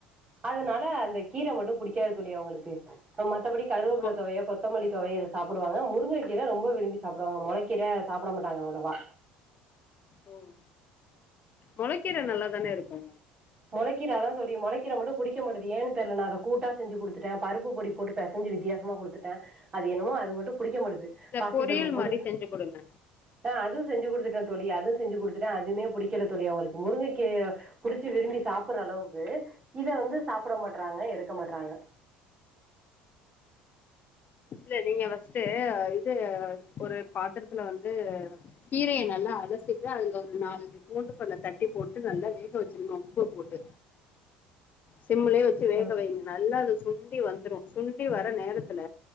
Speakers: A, on the right; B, on the left.
A: அதுனால அ ந்த கீர மட்டு புடிக்காது தோழி அவுங்களுக்கு மத்தபடி கருவப்புல
B: மொ
A: தொவைய கொத்தமல்லி தொவைய இத சாப்புடுவாங்க மு ருங்க கீர ரொம்ப விரும்பி சாப்புடுவாங்க மொளக்கீர சாப்டமாட்டாங்க அவ்ளவா
B: ம் மொளக்கீர நல்லாதான இருக்கு
A: மொளக்கீர அதா தோழி மொளக்கீர மட்டு புடிக்க மாட்டிது ஏன்னு தெர்ல நா அத கூட்டா செஞ்சு குடுத்துட்டே பருப்பு பொடி போட்டு பெசஞ்சு வித்தியாசமா குடுத்துட்டே அது என்னமோ அது மட்டு புடிக்கமாட்டது
B: இல்ல
A: பாசி
B: பொரியல்
A: பருப்ப போட்டு
B: மாரி செஞ்சு குடுங்க
A: ஆ அதுவும் செஞ்சு கொடுத்துட்டேன் தோழி அது செஞ்சி கொடுத்துட்டேன் அதுமே புடிக்கல தோழி அவுங்களுக்கு முருங்க கீரைய புடிச்சி கீரை விரும்பி சாப்பற அளவுக்கு இத வந்து சாப்பிட மாட்றாங்க எடுக்க மாட்றாங்க
B: இல்ல நீங்க ஃபர்ஸ்டு இது ஒரு பாத்தரத்துல வந்து கீரைய நல்லா அலசிட்டு அதுல ஒரு நாலஞ்சு பூண்டு பள்ள தட்டி போட்டு நல்லா வேக வச்சிருனும் உப்பு போட்டு சிம்லயே வச்சு வேக
A: ம்
B: வைங்க நல்லா அது சுன் டி வந்துரும் சு ன்டி வர நேரத்துல